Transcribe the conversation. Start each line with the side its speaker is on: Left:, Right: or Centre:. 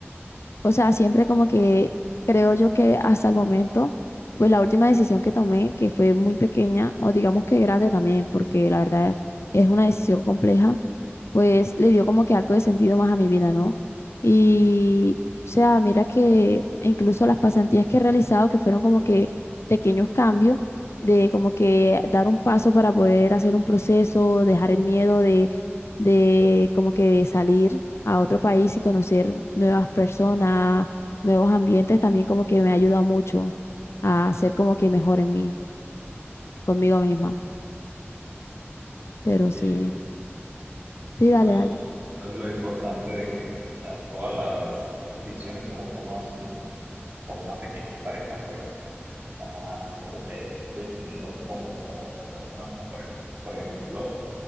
Left: O sea, siempre como que creo yo que hasta el momento, pues la última decisión que tomé, que fue muy pequeña, o digamos que grande también, porque la verdad es una decisión compleja, pues le dio como que algo de sentido más a mi vida, ¿no? Y, o sea, mira que incluso las pasantías que he realizado, que fueron como que pequeños cambios, de como que dar un paso para poder hacer un proceso, dejar el miedo de, de como que salir a otro país y conocer nuevas personas, nuevos ambientes, también como que me ha ayudado mucho a ser como que mejor en mí, conmigo misma. Pero
Right: Sí,
Left: sí, sí,
Right: igual,
Left: dale, dale.
Right: eso es lo importante de que o sea, todas las decisiones que hemos tomado así, por más pequeñas que parezcan, pues nos han de- como que definido como personas. O sea, por, ej- por ejemplo,